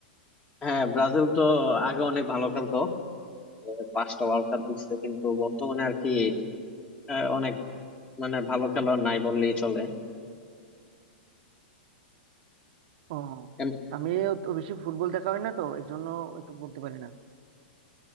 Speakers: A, on the left (about 20°); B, on the right (about 55°).
A: হ্যাঁ ব্রাজিল তো আগে অনেক ভালো খেলতো এ, পাঁচটা ওয়ার্ল্ড কাপ জিতছে কিন্তু বর্তমানে আর কি এ, অনেক মানে ভালো খেলোয়াড় নাই বললেই চলে
B: ও
A: এম-
B: আমি অত বেশি ফুটবল দেখা হয় না তো এই জন্য তো বলতে পারি না